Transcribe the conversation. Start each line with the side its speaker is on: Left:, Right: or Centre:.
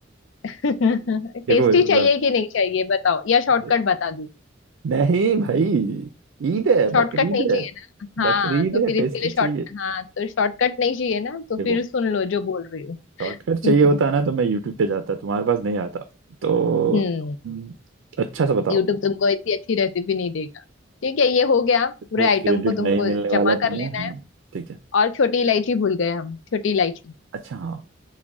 Left: <laughs> टेस्टी
Right: देखो
Left: चाहिए
Right: मतलब
Left: कि नहीं चाहिए बताओ या
Right: अरे
Left: शॉर्टकट बता
Right: नहीं भाई ईद है
Left: शॉर्टकट
Right: बकरीद
Left: नहीं चाहिए
Right: है
Left: ना
Right: बकरीद
Left: हाँ तो फिर
Right: है टेस्टी
Left: इसके लिए
Right: चाहिए
Left: शॉर्ट हाँ तो शॉर्टकट नहीं चाहिए ना तो
Right: देखो
Left: फिर सुन लो जो बोल रही
Right: शॉर्टकट चाहिए
Left: हूँ
Right: होता
Left: <laughs>
Right: ना तो मैं यूट्यूब पे जाता तुम्हारे पास नहीं आता तो
Left: हम्म
Right: तुम अच्छा सा बताओ
Left: यूट्यूब तुमको इतनी अच्छी रेसिपी नहीं देगा ठीक है ये हो गया
Right: देखो
Left: पूरे आइटम
Right: क्रेडिट
Left: को
Right: नहीं
Left: तुमको
Right: मिलने वाला
Left: जमा
Right: तुम्हें
Left: कर लेना
Right: हाँ
Left: है
Right: ठीक है
Left: और छोटी इलायची भूल गए हम छोटी इलायची
Right: अच्छा हाँ